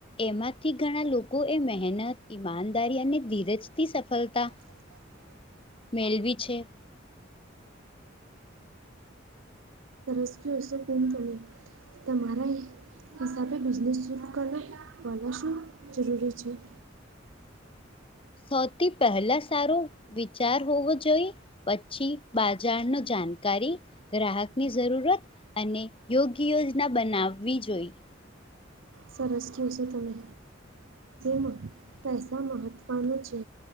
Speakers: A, on the left; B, on the right.
A: એમાંથી ઘણા લોકોએ મહેનત ઈમાનદારી અને ધીરજથી સફળતાં,
B: <inaudible>
A: મેળવી છે.
B: <unintelligible> તમારા હિસાબે બિઝનેસ શરૂ કરવા વાળું શું જરૂરી છે.
A: સૌથી પહેલા સારો વિચાર હોવો જોઈએ, પછી બાજારની જાણકારી ગ્રાહકની જરૂરત, અને યોગ્ય યોજના બનાવવી જોઈએ.
B: સરસ કહ્યું છો, તમે માં પૈસા મહત્વનો છે.